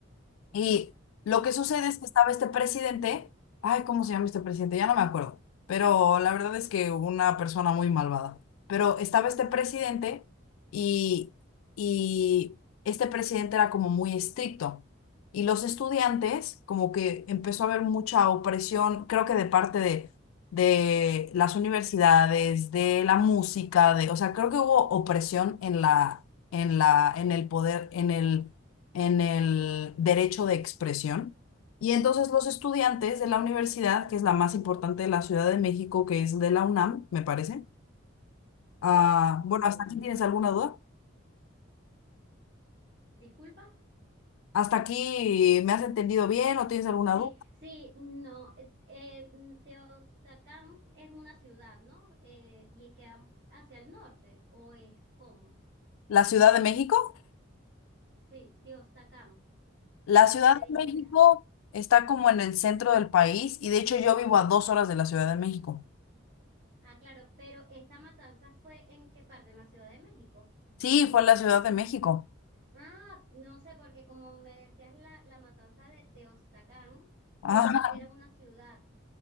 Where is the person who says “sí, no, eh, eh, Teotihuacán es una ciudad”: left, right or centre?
Right